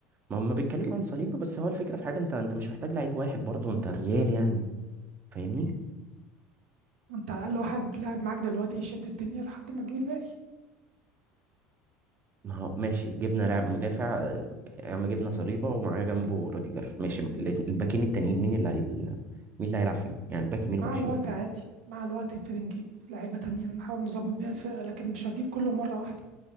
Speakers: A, on the right; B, on the right.
A: ما هم بيتكلموا عن صليبه بس هو الفكره في حاجه انت انت مش محتاج لعيب واحد برضه انت الريال يعني فاهمني
B: انت على الاقل واحد لاعب معاك دلوقتي يشد الدنيا لحد ما تجيب الباقي
A: ما هو ماشي جبنا لاعب مدافع آه، يا عم جبنا صليبة ومعاه جنبه روديجر ماشي الات- الباكين التانيين مين اللي هي... مين اللي هيلعب فيهم يعني الباك يمين
B: مع
A: وباك شمال
B: الوقت عادي مع الوقت نبتدي نجيب لعيبة تانية نحاول نظبط بيها الفرقة لكن مش هتجيب كله مرة واحدة